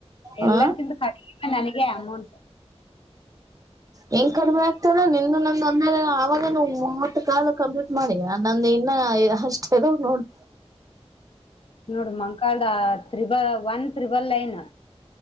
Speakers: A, on the right (about 35°); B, on the left (about 55°).
A: ಹ
B: ಎಲ್ಲರಕ್ಕಿಂತ ನನಿಗೆ ಕಡಿಮೇ ನನಗೆ ಅಮೌಂಟ್
A: ಹೆಂಗ್ ಕಡಿಮೆ ಆಗ್ತದೆ ನೀನಂದು ನಂದು ಅವಾಗ ಮೂವತ್ ಕಾಲ ಕ ಮಾಡಿಯ ನಂದು ಇನ್ನ ಅಷ್ಟ ಅದವ ನೋಡು
B: ನೋಡ ಮಂಕಾಳದ ತ್ರಿಬಲ್ ಒನ್ ತ್ರಿಬಲ್ ಲೈನ್